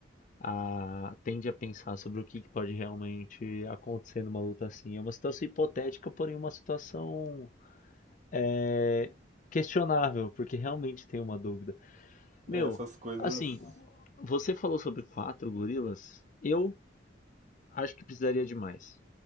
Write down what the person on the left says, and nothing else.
a, tende a pensar sobre o que que pode realmente acontecer numa luta assim. É uma situação hipotética, porém uma situação é, questionável, porque realmente tem uma dúvida. Meu,
assim, você falou sobre quatro gorilas. Eu acho que precisaria de mais.